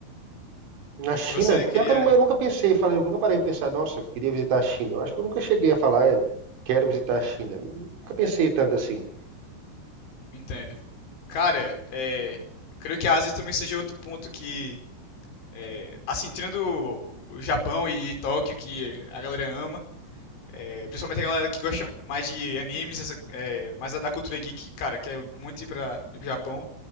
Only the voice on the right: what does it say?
na China,
pior
que eu, não- eu nunca pensei, falei, eu nunca parei de pensar, nossa, eu queria visitar a China. Eu acho que eu nunca cheguei a falar, eu quero visitar a China. Nunca pensei tanto assim.